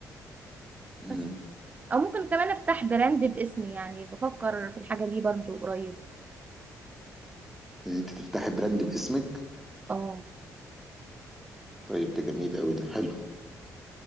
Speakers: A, in the centre; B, on the right.
A: امم
B: بس او ممكن كمان افتح براند باسمي يعني بفكر في الحاجة دي برضو قريب
A: ان انت تفتحي براند باسمك
B: اه
A: طيب ده جميل قوي ده حلو